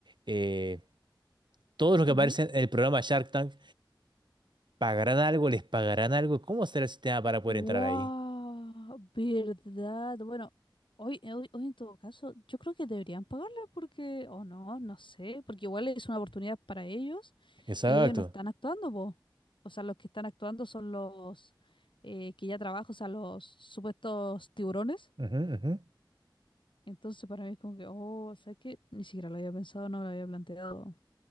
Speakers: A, on the right; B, on the left.
A: eh, todos los que
B: Ujú.
A: aparecen en el programa Shark Tank ¿Pagarán algo? ¿Les pagarán algo? ¿Cómo será el sistema para poder
B: ¡Wow!
A: entrar ahí?
B: ¿Verdad? Bueno, hoy, hoy, hoy en todo caso, yo creo que deberían pagarle porque, o no, no sé, porque igual es una oportunidad para ellos
A: Exacto.
B: y ellos no están actuando, po. O sea, los que están actuando son los eh, que ya trabajan, o sea, los supuestos tiburones.
A: Ujú, ujú.
B: Entonces, para mí es como que, oh, o sea, que ni siquiera lo había pensado, no lo había planteado.